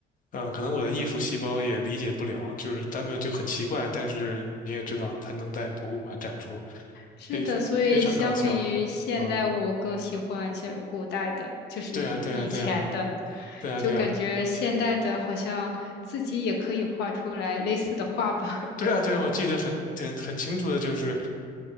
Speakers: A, on the left (about 50°); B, on the left (about 80°).
A: 嗯，可能我的艺术细胞也理解不了，就是他们就很奇怪，但是你也知道，他能在博物馆展出，
B: 是的，
A: 非非非常搞笑。
B: 所以相比于现代，
A: 嗯，
B: 我更喜欢是古代的，就是以前的，
A: 对啊，对啊，对啊，对啊，
B: 就感觉现代的好像自己也可以画出来类似的画吧。
A: 对啊，
B: <laughs>
A: 对啊，对啊，我记得很很很清楚的，就是